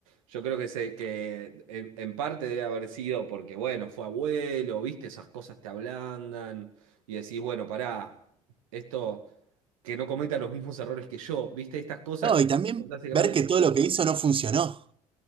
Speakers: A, on the right; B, on the right.
A: Yo creo que, se, que en, en parte debe haber sido porque, bueno, fue abuelo, viste, esas cosas te ablandan y decís, bueno, pará, esto, que no cometa los mismos errores que yo, viste, estas cosas
B: No,
A: que
B: y también
A: cuando te hace grande
B: ver que todo lo que hizo no funcionó.